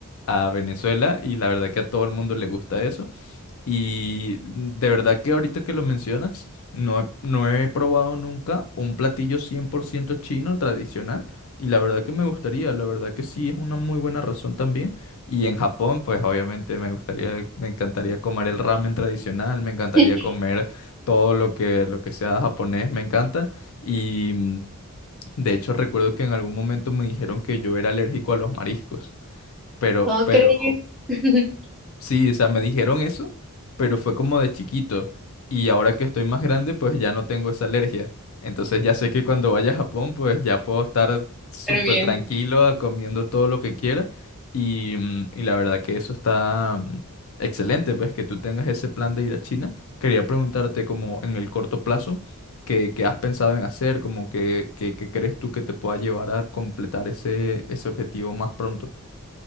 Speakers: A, on the left (about 65°); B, in the centre.
A: a Venezuela y la verdad que a todo el mundo le gusta eso. Y de verdad que ahorita que lo mencionas, no he, no he probado nunca un platillo 100% chino tradicional. Y la verdad que me gustaría, la verdad que sí es una muy buena razón también. Y en Japón, pues obviamente me gustaría, me encantaría comer el ramen tradicional, me encantaría
B: <laughs>
A: comer todo lo que, lo que sea japonés, me encanta. Y mm, de hecho recuerdo que en algún momento me dijeron que yo era alérgico a los mariscos. Pero,
B: ¿Cómo
A: pero
B: crees? <laughs>
A: Sí, o sea, me dijeron eso, pero fue como de chiquito. Y ahora que estoy más grande, pues ya no tengo esa alergia. Entonces ya sé que cuando vaya a Japón, pues ya puedo estar súper
B: Pero bien.
A: tranquilo, ah, comiendo todo lo que quiera. Y, mm, y la verdad que eso está mm, excelente, pues que tú tengas ese plan de ir a China. Quería preguntarte como en el corto plazo, ¿qué, qué has pensado en hacer? Como que, que- qué crees tú que te pueda llevar a completar ese, ese objetivo más pronto?